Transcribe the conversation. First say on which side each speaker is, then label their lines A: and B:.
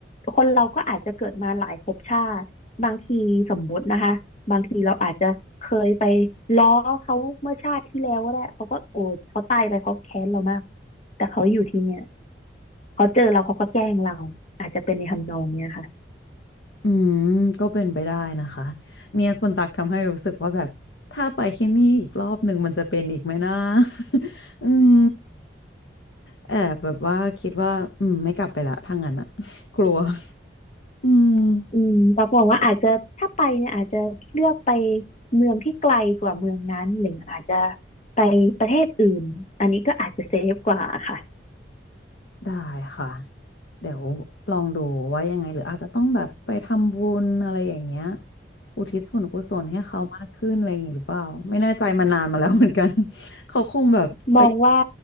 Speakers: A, on the left; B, on the left.
A: คนเราก็อาจจะเกิดมาหลายภพชาติบางทีสมมุตินะคะบางทีเราอาจจะเคยไปล้อเขาเมื่อชาติที่แล้วก็ได้เขาก็โอ้เขาตายไปเขาแค้นเรามากแต่เขาอยู่ที่เนี่ยเขาเจอเราเขาก็แกล้งเราอาจจะเป็นในทำนองเนี้ยค่ะ
B: อืมก็เป็นไปได้นะคะเนี่ยคุณตักทำให้รู้สึกว่าแบบถ้าไปที่นี่อีกรอบหนึ่งมันจะเป็นอีกไหมนะ <laughs> อืมแอบแบบว่าคิดว่าอืมไม่กลับไปละถ้างั้นอะ <laughs> กลัวอืม
A: อืมตักมองว่าอาจจะถ้าไปเนี่ยอาจจะเลือกไปเมืองที่ไกลกว่าเมืองนั้นหรืออาจจะไปประเทศอื่นอันนี้ก็อาจจะเซฟกว่าค่ะ
B: ได้ค่ะเดี๋ยวลองดูว่ายังไงหรืออาจจะต้องแบบไปทำบุญอะไรอย่างเงี้ยอุทิศส่วนกุศลให้เขามากขึ้นอะไรอย่างงี้หรือเปล่าไม่แน่ใจมานานมาแล้วเหมือนกัน <laughs> เขาคงแบบไป
A: มองว่า